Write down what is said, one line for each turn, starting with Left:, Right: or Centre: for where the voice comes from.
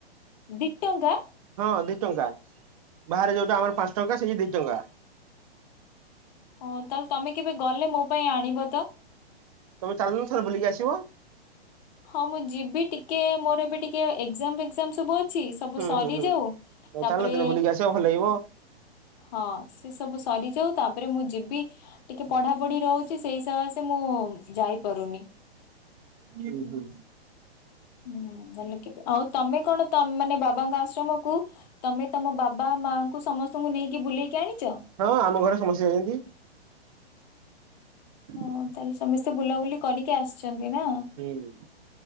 Left: ଦି ଟଙ୍କା।
Right: ହଁ ଦି ଟଙ୍କା ବାହାରେ ଯୋଉଟା ଆମର ପାଞ୍ଚ ଟଙ୍କା ସେଇଠି ଦି ଟଙ୍କା।
Left: ଓ ତାହେଲେ ତମେ କେବେ ଗଲେ ମୋ ପାଇଁ ଆଣିବ ତ।
Right: ତମେ ଚାଲୁନ ଥରେ ବୁଲିକି ଆସିବ।
Left: ହଁ ମୁଁ ଯିବି ଟିକେ ମୋର ଏବେ ଟିକେ ଏକ୍ଜାମ ଫେକ୍ଜାମ ସବୁ ଅଛି। ଅଛି ସବୁ
Right: ହୁଁ
Left: ସରି
Right: ହୁଁ ହୁଁ
Left: ଯାଉ ତାପରେ
Right: ଚାଲ ଦିନେ ବୁଲିକି ଆସିବ ଭଲ ଲାଗିବ
Left: ହଁ ସେ ସବୁ ସରିଯାଉ ତାପରେ ମୁଁ ଯିବି। ଟିକେ ପଢା ପଢି ରହୁଛି ସେଇ ସକାଶେ ମୁଁ ଯାଇପାରୁନି।
Right: କିନ୍ତୁ।
Left: ହୁଁ ଭଲ କେବେ ଆଉ ତମେ କଣ ମାନେ ବାବାଙ୍କ ଆଶ୍ରମକୁ ତମେ ତମ ବାବା, ମାଙ୍କୁ ସମସ୍ତଙ୍କୁ ନେଇକି ବୁଲେଇକି ଆଣିଛ।
Right: ହଁ ଆମ ଘରେ ସମସ୍ତେ ଯାଇଛନ୍ତି। <unintelligible>
Left: ହଁ ତାହେଲେ ସମସ୍ତେ ବୁଲାବୁଲି କରିକି ଆସିଛନ୍ତି ନା।
Right: ହୁଁ